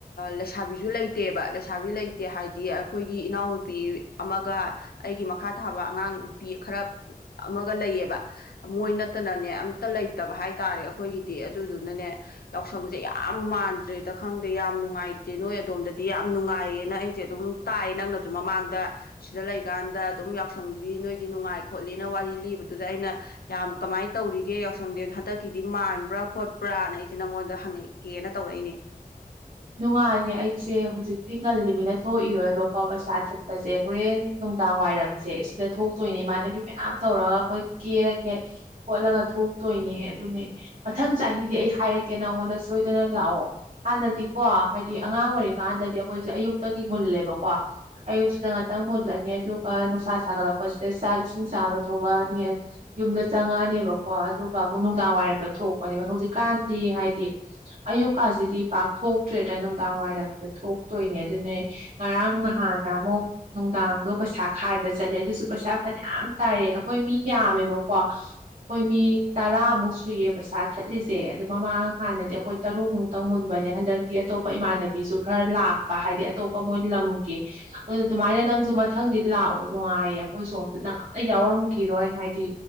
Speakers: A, on the left; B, on the right.
A: ꯂꯩꯁꯥꯕꯤꯁꯨ ꯂꯩꯇꯦ ꯂꯩꯇꯦꯕ ꯂꯩꯁꯥꯕꯤ ꯂꯩꯇꯦ ꯍꯥꯏꯗꯤ ꯑꯩꯈꯣꯏꯒꯤ ꯏꯅꯥꯎꯅꯨꯄꯤ ꯑꯃꯒ ꯑꯩꯒꯤ ꯃꯈꯥ ꯊꯥꯕ ꯑꯉꯥꯡ ꯅꯨꯄꯤ ꯈꯔ ꯑꯃꯒ ꯂꯩꯌꯦꯕ ꯃꯣꯏ ꯅꯠꯇꯅꯅꯦ ꯑꯝꯇ ꯂꯩꯇꯕ ꯍꯥꯏꯇꯥꯔꯦ ꯑꯩꯈꯣꯏꯒꯤꯗꯤ ꯑꯗꯨꯗꯨꯅꯅꯦ ꯌꯥꯎꯁꯪꯁꯦ ꯌꯥꯝ ꯃꯥꯟꯗ꯭ꯔꯦꯗ ꯈꯪꯗꯦ ꯌꯥꯝ ꯅꯨꯡꯉꯥꯏꯇꯦ ꯅꯣꯏ ꯑꯗꯣꯝꯗ ꯗꯤ ꯌꯥꯝ ꯅꯨꯡꯉꯥꯏꯌꯦꯅ ꯑꯩꯁꯦ ꯑꯗꯨꯝ ꯇꯥꯏ ꯅꯪꯅꯁꯨ ꯃꯃꯥꯡꯗ ꯁꯤꯗ ꯂꯩꯀꯥꯟꯗ ꯑꯗꯨꯝ ꯌꯥꯎꯁꯪꯗꯤ ꯅꯣꯏꯒꯤ ꯅꯨꯡꯉꯥꯏ ꯈꯣꯠꯂꯦꯅ ꯋꯥꯔꯤ ꯂꯤꯕꯗꯨꯗ ꯑꯩꯅ ꯌꯥꯝ ꯀꯃꯥꯏꯅ ꯇꯧꯔꯤꯒꯦ ꯌꯥꯎꯁꯪꯗꯤ ꯍꯟꯗꯛꯀꯤꯗꯤ ꯃꯥꯟꯕ꯭ꯔꯥ ꯈꯣꯠꯄ꯭ꯔꯥꯅ ꯑꯩꯁꯦ ꯅꯪꯉꯣꯟꯗ ꯍꯪꯉꯛꯀꯦꯅ ꯇꯧꯔꯛꯏꯅꯦ
B: ꯅꯨꯡꯉꯥꯏꯌꯦ ꯑꯩꯁꯦ ꯍꯧꯖꯤꯛꯇꯤ ꯉꯜꯂꯤꯃꯤꯅ ꯊꯣꯛꯏꯔꯣꯏꯕꯀꯣ ꯄꯩꯁꯥ ꯊꯤꯠꯄꯁꯦ ꯍꯣꯔꯦꯟ ꯅꯨꯡꯗꯥꯡ ꯋꯥꯏꯔꯝꯁꯦ ꯁꯤꯗ ꯊꯣꯛꯇꯣꯏꯅꯦ ꯏꯃꯥꯟꯅꯕꯤ ꯃꯌꯥꯝ ꯇꯧꯔꯒ ꯑꯩꯈꯣꯏꯖꯨ ꯀꯦꯔꯒꯦ ꯈꯣꯠꯂꯒ ꯊꯣꯛꯇꯣꯏꯅꯦ ꯑꯗꯨꯅꯦ ꯃꯊꯪ ꯆꯍꯤꯗꯤ ꯑꯩ ꯍꯥꯏꯔꯛꯀꯦ ꯅꯪꯉꯣꯟꯗ ꯁꯣꯏꯗꯅ ꯂꯥꯛꯑꯣ ꯍꯥꯟꯅꯗꯤ ꯀꯣ ꯍꯥꯏꯗꯤ ꯑꯉꯥꯡ ꯑꯣꯏꯔꯤꯀꯥꯟꯗꯗꯤ ꯑꯩꯈꯣꯏꯁꯦ ꯑꯌꯨꯛꯇꯒꯤ ꯃꯨꯜꯂꯦꯕꯀꯣ ꯑꯌꯨꯛꯁꯤꯗ ꯉꯥꯛꯇꯪ ꯃꯨꯜꯂꯅꯤ ꯑꯗꯨꯒ ꯅꯨꯡꯁꯥ ꯁꯥꯒꯠꯂꯛꯄꯁꯤꯗ ꯆꯥꯛ ꯏꯁꯤꯡ ꯆꯥꯕ ꯊꯣꯛꯂꯛꯑꯅꯤ ꯌꯨꯝꯗ ꯆꯪꯉꯛꯑꯅꯤꯕꯀꯣ ꯑꯗꯨꯒ ꯑꯃꯨꯛ ꯅꯨꯡꯗꯥꯡ ꯋꯥꯏꯔꯝꯗ ꯊꯣꯛꯄꯅꯦꯕ ꯍꯧꯖꯤꯛꯀꯥꯟꯗꯤ ꯍꯥꯏꯗꯤ ꯑꯌꯨꯛꯀꯁꯤꯗꯤ ꯄꯥꯛ ꯊꯣꯛꯇ꯭ꯔꯦꯗ꯭ꯔꯥꯗ ꯅꯨꯡꯗꯥꯡ ꯋꯥꯏꯔꯝꯗ ꯊꯣꯛꯇꯣꯏꯅꯦ ꯑꯗꯨꯅꯦ ꯉꯔꯥꯡ ꯅꯍꯥꯟꯅ ꯑꯃꯨꯛ ꯅꯨꯡꯗꯥꯡꯗꯣ ꯄꯩꯁꯥ ꯈꯥꯏꯕ ꯆꯠꯂꯦ ꯑꯗꯨꯁꯨ ꯄꯩꯁꯥ ꯐꯅꯌꯥꯝ ꯇꯥꯏꯌꯦ ꯑꯩꯈꯣꯏ ꯃꯤ ꯌꯥꯝꯃꯦꯕꯀꯣ ꯑꯩꯈꯣꯏ ꯃꯤ ꯇꯔꯥꯃꯨꯛ ꯁꯨꯏꯌꯦ ꯄꯩꯁꯥ ꯊꯠꯂꯤꯁꯦ ꯑꯗꯨ ꯃꯃꯥꯡ ꯍꯥꯟꯅꯗꯤ ꯑꯩꯈꯣꯏ ꯇꯔꯨꯛꯃꯨꯛꯇꯪ ꯃꯨꯟ ꯕꯅꯦ ꯍꯟꯗꯛꯇꯤ ꯑꯇꯣꯞꯄ ꯏꯃꯥꯟꯅꯕꯤꯁꯨ ꯈꯔ ꯂꯥꯛꯄ ꯍꯥꯏꯗꯤ ꯑꯇꯣꯞꯄ ꯃꯣꯏ ꯂꯝꯒꯤ ꯑꯗꯨꯅ ꯑꯗꯨꯃꯥꯏꯅ ꯅꯪꯁꯨ ꯃꯊꯪꯗꯤ ꯂꯥꯛꯑꯣ ꯅꯨꯡꯉꯥꯏꯌꯦ ꯑꯩꯈꯣꯏ ꯁꯣꯝꯗ ꯅꯪ ꯑꯝꯇ ꯌꯥꯎꯔꯝꯈꯤꯔꯣꯏ ꯍꯥꯏꯗꯤ